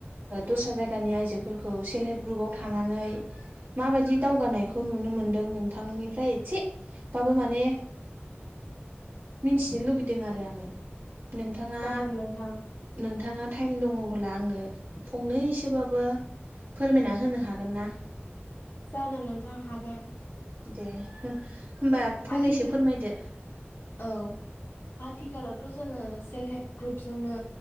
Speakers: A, on the right; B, on the left.
A: दस्रा जायगानि आइजोफोरखौ सेल्फ हेल्प ग्रुपाव थानानै माबायदि दावगानायखौ नुनो मोनदों नोंथांनिफ्राय एसे बाबो माने मिथिनो लुबैदों आरो आङो नोंथाङा
B: जागोन नोंथां
A: नोंथाङा टाइम दङबोब्ला आंनो फंनैसोबाबो फोरमायना होनो हागोन ना?
B: जागोन नोंथां हागोन
A: दे होमबा फंनैसो
B: आ थिक
A: फोरमायदो
B: औ आथिखालावथ' जोङो सेल्फ हेल्प ग्रुपजोंनो